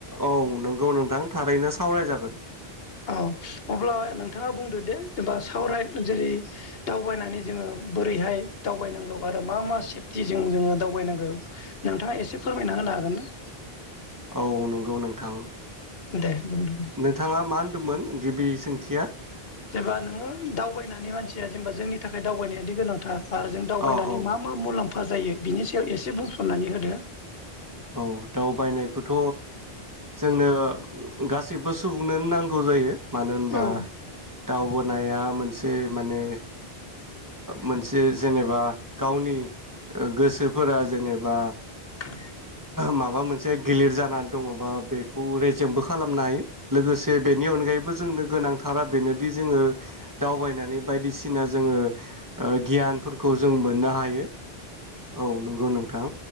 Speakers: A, on the right; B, on the left.
A: औ नोंगौ नोंथां थारैनो सावरायजागोन
B: औ अब्ला नोंथाङा बुंदो दे जेनेबा सावराय जेरै दावबायनानै जोङो बोरैहाय दावबायनांगौ आरो मा मा सेफटिजों जोङो दावबायनांगौ नोंथाङा एसे फोरमायना <unintelligible> हागोन ना
A: औ नंगौ नोंथां
B: दे बुंदो
A: नोंथाङा मा होनदोंमोन गिबि सोंथिया
B: जेनेबा नोङो दावबायनानै मानसिया जेनेबा जोंनि थाखाय दावबायनायाद गोनांथार आरो जों
A: अ
B: दावबायनानै
A: औ
B: मा मा मुलाम्फा जायो बिनि सायाव एसे बुंफननानै होदो
A: औ दावबायनायखौथ' जोंनो गासैबो सुबुंनोन नांगौ जायो मानो होनबा
B: औ
A: दावबोना मोनसे माने मोनसे जेनेबा गावनि गोसोफोरा जेनेबा
B: के
A: माबा मोनसे गिलिर जानानै दङबा बेखौ रेजेंबो खालामनो हायो लोगोसे बेनिन नि अनगायैबो जोंनो गोनांथारा बेनोदि जोङो दावबायनानै बायदिसिना जोङो गियानफोरखौ जों मोननो हायो
B: <unintelligible>
A: औ नंगौ नोंथां